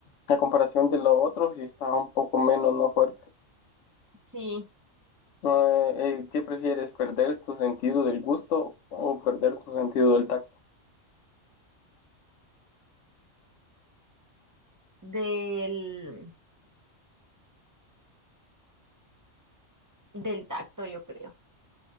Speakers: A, on the left; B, on the right.
A: a comparación de lo otro, sí está un poco menos no fuerte.
B: Sí,
A: No, eh, eh, ¿qué prefieres, perder tu sentido del gusto o perder tu sentido del tacto?
B: del, del tacto, yo creo.